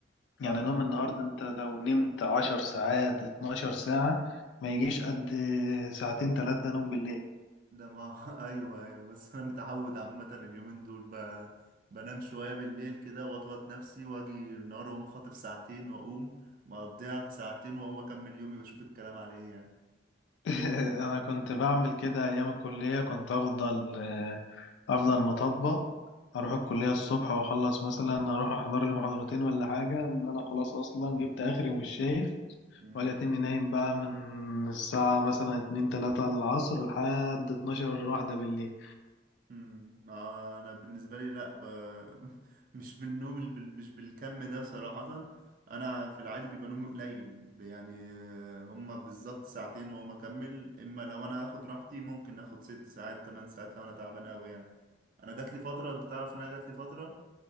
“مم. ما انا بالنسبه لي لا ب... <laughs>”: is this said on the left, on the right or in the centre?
Right